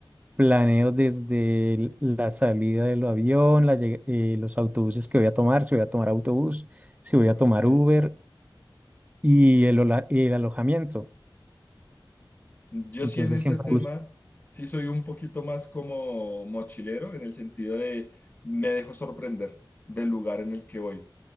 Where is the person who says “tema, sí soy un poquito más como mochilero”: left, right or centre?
Left